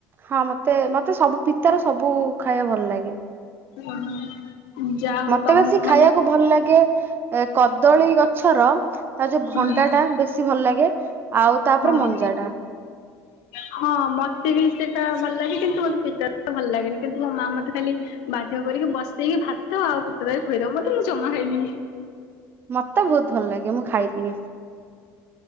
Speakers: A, on the right; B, on the left.
A: ହଁ ମତେ ମତେ ସବୁ ପିତାର ସବୁ ଖାଇବା ଭଲ ଲାଗେ।
B: ଓ ହଁ ଯା ହଉ
A: ମତେ
B: ତମକୁ
A: ବେଶୀ ଖାଇବାକୁ
B: ମାନେ
A: ଭଲ ଲାଗେ ଏ କଦଳୀ ଗଛର ତା ଯୋଉ
B: ହୁଁ
A: ଭଣ୍ଡା ଟା ବେଶୀ ବେଶୀ ଭଲ ଲାଗେ ଆଉ ତାପରେ
B: ହଁ
A: ମଞ୍ଜାଟା।
B: ହଁ ମତେ ବି ସେଇଟା ଭଲ ଲାଗେ କିନ୍ତୁ ମତେ ପିତାଦାର ଭଲ ଲାଗେନି କିନ୍ତୁ ମୋ ମା ମତେ ଖାଲି ବାଧ୍ୟ କରିକି ବସେଇକି ଭାତ ଆଉ ପିତାଦାର ଖୋଇଦବ ମତେ ମୁଁ ଜମା ଖାଇବିନି।
A: ମତେ ବହୁତ ଭଲ ଲାଗେ ମୁଁ ଖାଇଦିଏ।